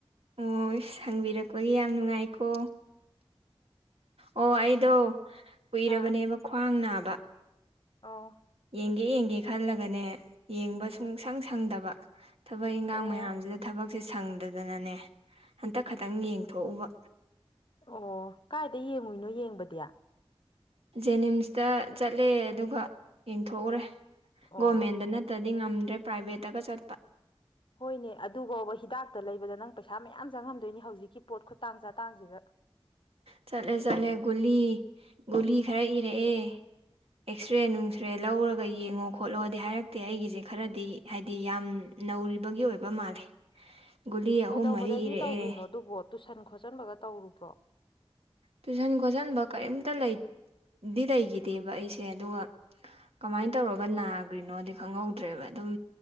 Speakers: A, on the right; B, on the left.
A: ꯑꯣ ꯍꯪꯕꯤꯔꯛꯄꯒꯤ ꯌꯥꯝ ꯅꯨꯡꯉꯥꯏꯀꯣ ꯑꯣ ꯑꯩꯗꯣ ꯀꯨꯏꯔꯕꯅꯦꯕ
B: ꯑꯥ
A: ꯈ꯭ꯋꯥꯡ ꯅꯥꯕ
B: ꯑꯣ
A: ꯌꯦꯡꯒꯦ ꯌꯦꯡꯒꯦ ꯈꯜꯂꯒꯅꯦ ꯌꯦꯡꯕ ꯁꯨꯡꯁꯪ ꯁꯪꯗꯕ ꯊꯕꯛ ꯏꯟꯈꯥꯡ
B: ꯑꯣ
A: ꯃꯌꯥꯝꯁꯤꯗ ꯊꯕꯛꯁꯦ ꯁꯪꯗꯗꯅꯅꯦ ꯍꯟꯇꯛ ꯈꯛꯇꯪ ꯌꯦꯡꯊꯣꯛꯎꯕ
B: ꯑꯣ ꯀꯥꯏꯗ ꯌꯦꯡꯉꯨꯏꯅꯣ ꯌꯦꯡꯕꯗꯤ
A: ꯖꯦꯅꯤꯝꯁꯇ ꯆꯠꯂꯦ ꯑꯗꯨꯒ ꯌꯦꯡꯊꯣꯛꯎꯔꯦ
B: ꯑꯣ
A: ꯒꯣꯔꯃꯦꯟꯗꯅ ꯅꯠꯇꯔꯥꯗꯤ ꯉꯝꯗ꯭ꯔꯦ ꯄ꯭ꯔꯥꯏꯚꯦꯠꯇꯒ ꯆꯠ
B: ꯍꯣꯏꯅꯦ ꯑꯗꯨꯐꯥꯎꯕ ꯍꯤꯗꯥꯛꯇ ꯂꯩꯕꯗ ꯅꯪ ꯄꯩꯁꯥ ꯃꯌꯥꯝ ꯆꯪꯉꯝꯗꯣꯏꯅꯤ ꯍꯧꯖꯤꯛꯀꯤ ꯄꯣꯠ ꯈꯨꯇꯥꯡ ꯆꯥꯇꯥꯡꯁꯤꯗ
A: ꯆꯠꯂꯦ ꯆꯠꯂꯦ ꯒꯨꯂꯤ ꯒꯨꯂꯤ ꯈꯔ ꯏꯔꯛꯑꯦ ꯑꯦꯛꯁꯔꯦ ꯅꯨꯡꯁꯔꯦ ꯂꯧꯔꯒ ꯌꯦꯡꯉꯣ ꯈꯣꯠꯂꯣꯗꯤ ꯍꯥꯏꯔꯛꯇꯦ ꯑꯩꯒꯤꯁꯦ ꯈꯔꯗꯤ ꯍꯥꯏꯗꯤ ꯌꯥꯝ ꯅꯧꯔꯤꯕꯒꯤ ꯑꯣꯏꯕ ꯃꯥꯜꯂꯦ ꯒꯨꯂꯤ ꯑꯍꯨꯝ
B: ꯀꯩꯗꯧꯕꯗꯒꯤ
A: ꯃꯔꯤ ꯏꯔꯛꯑꯦ
B: ꯇꯧꯈ꯭ꯔꯤꯅꯣ ꯑꯗꯨꯕꯣ ꯇꯨꯁꯟ ꯈꯣꯠꯆꯟꯕꯒ ꯇꯧꯔꯨꯕ꯭ꯔꯣ
A: ꯇꯨꯏꯁꯟ ꯈꯣꯠꯆꯟꯕ ꯀꯔꯤꯝꯇ ꯂꯩ ꯗꯤ ꯂꯩꯈꯤꯗꯦꯕ ꯑꯩꯁꯦ ꯑꯗꯨꯒ ꯀꯃꯥꯏ ꯇꯧꯔꯒ ꯅꯥꯈ꯭ꯔꯤꯅꯣꯗꯤ ꯈꯪꯍꯧꯗ꯭ꯔꯦꯕ ꯑꯗꯨꯝ